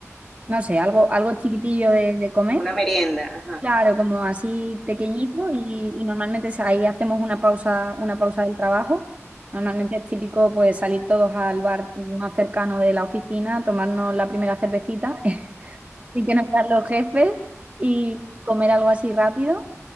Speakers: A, on the right; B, in the centre.
A: no sé, algo, algo chiquitillo de, de comer.
B: como una merienda, ajá.
A: Claro, como así pequeñito y, y normalmente es ahí hacemos una pausa, una pausa del trabajo. Normalmente es típico pues salir todos al bar más cercano de la oficina, tomarnos la primera cervecita Así que nos quedan los jefes y comer algo así rápido.